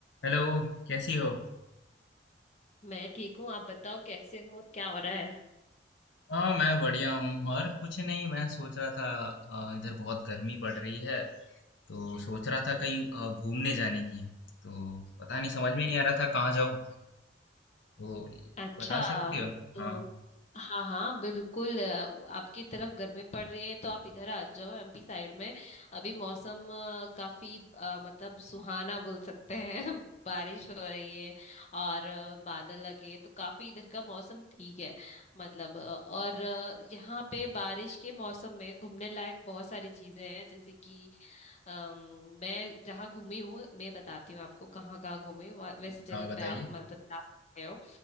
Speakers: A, on the left (about 80°); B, on the left (about 40°).
A: Hello कैसी हो
B: मैं ठीक हूँ आप बताओ कैसे हो और क्या हो रहा है
A: हाँ मैं बढ़िया हूँ और कुछ नहीं मैं सोच रहा था अ, इधर बहुत गर्मी पड़ रही है तो सोच रहा था कहीं अ, घूमने जाने की तो पता नहीं समझ में नहीं आ रहा था कहाँ जाऊँ तो
B: अच्छा
A: बता सकती हो
B: तो
A: हाँ
B: हाँ हाँ बिल्कुल अ, आपकी तरफ गर्मी पड़ रही है तो आप इधर आ जाओ एमपी साइड में अभी मौसम अ, काफी अ, मतलब सुहाना बोल सकते हैं <laughs> बारिश हो रही है और अ, बादल लगे हैं, तो काफी इधर का मौसम ठीक है मतलब अ, और अ, यहाँ पे बारिश के मौसम में घूमने लायक बहुत सारी चीजें हैं जैसे कि अम, मैं जहाँ घूमी हूँ मैं बताती हूँ आपको कहाँ कहाँ घूमी हूँ। वैसे जगह
A: हाँ बताइए
B: पे आप मतलब जा सकते हो